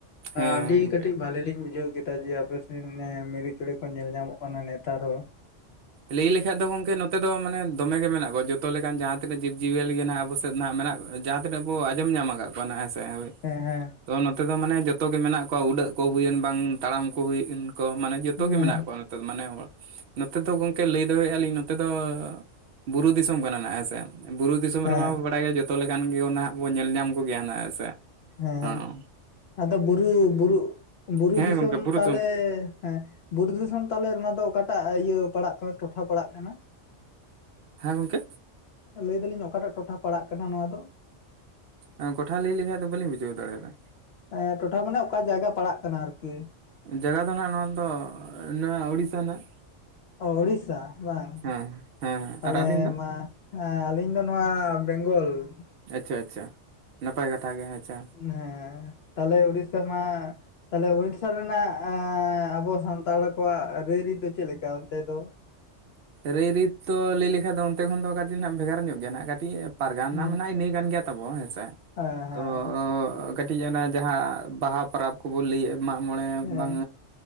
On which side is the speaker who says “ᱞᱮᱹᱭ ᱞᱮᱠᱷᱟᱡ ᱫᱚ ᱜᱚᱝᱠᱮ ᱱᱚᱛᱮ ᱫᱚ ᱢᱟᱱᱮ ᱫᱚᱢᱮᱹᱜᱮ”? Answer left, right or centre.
Right